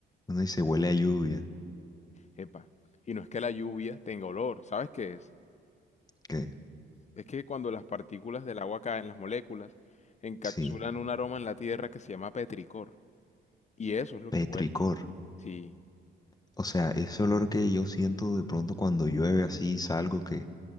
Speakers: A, on the left; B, on the left.
A: Uno dice huele a lluvia,
B: Epa. Y no es que la lluvia tenga olor, ¿sabes qué es?
A: que
B: Es que cuando las partículas del agua caen, las moléculas, encapsulan
A: sí,
B: un aroma en la tierra que se llama petricor. Y eso es lo
A: petricor.
B: que huele. Sí,
A: O sea, ese olor que yo siento de pronto cuando llueve así, salgo que